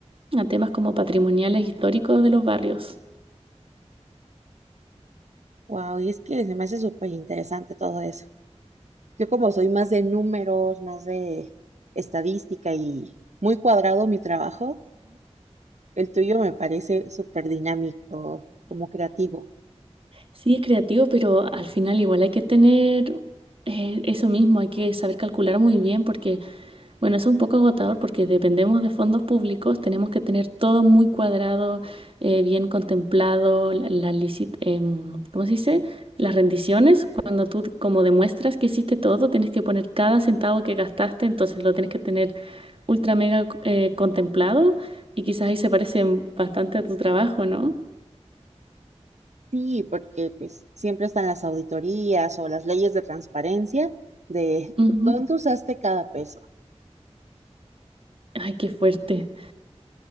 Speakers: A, on the right; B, on the right.
A: a temas como patrimoniales históricos de los barrios.
B: Wow, y es que se me hace súper interesante todo eso. Yo como soy más de números, más de estadística y muy cuadrado mi trabajo, el tuyo me parece súper dinámico, como creativo.
A: Sí, es creativo, pero al final igual hay que tener eh, eso mismo, hay que saber calcular muy bien porque, bueno, eso es un poco agotador porque dependemos de fondos públicos, tenemos que tener todo muy cuadrado, eh, bien contemplado, la, la licit- em, ¿cómo se dice? Las rendiciones, cuando tú como demuestras que hiciste todo, tienes que poner cada centavo que gastaste, entonces lo tienes que tener ultra mega eh, contemplado y quizás ahí se parece bastante a tu trabajo, ¿no?
B: Sí, porque pues siempre están las auditorías o las leyes de transparencia de
A: Ujú.
B: dónde usaste cada peso.
A: Ay, qué fuerte.